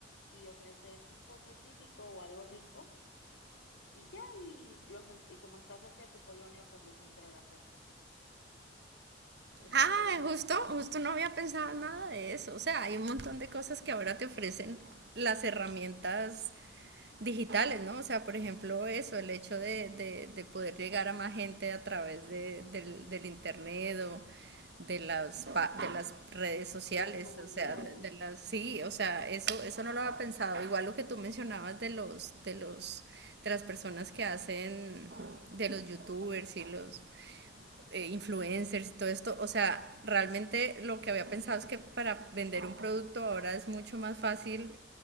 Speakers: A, on the left (about 75°); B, on the right (about 55°).
A: y ofreces un postre típico o algo rico Y ya, y, los, en- y como está cerca de tu colonia, pues los entrega cerca. Eso
B: Ah,
A: podría,
B: justo, justo no había pensado nada de eso. O sea, hay un montón de cosas que ahora te ofrecen las herramientas digitales, ¿no? O sea, por ejemplo, eso, el hecho de, de, de poder llegar a más gente a través de, del, del internet o de las, pa- de las redes sociales,
A: de las comunidades.
B: o sea, de, de las, sí, o sea, eso, eso no lo había pensado. Igual lo que tú mencionabas de los, de los, de las personas que hacen, de los youtubers y los eh, influencers y todo esto, o sea, realmente lo que había pensado es que para vender un producto ahora es mucho más fácil,